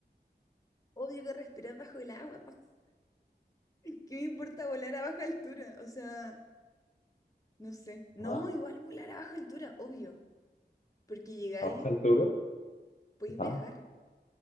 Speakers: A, on the left (about 20°); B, on the left (about 45°).
A: Obvio que respirar bajo el agua. <laughs> ¿Qué me importa volar a baja altura? O sea, no sé. No,
B: Ajá.
A: igual volar a baja altura, obvio. Porque llegáis,
B: A esa altura.
A: podéis
B: Ajá.
A: viajar.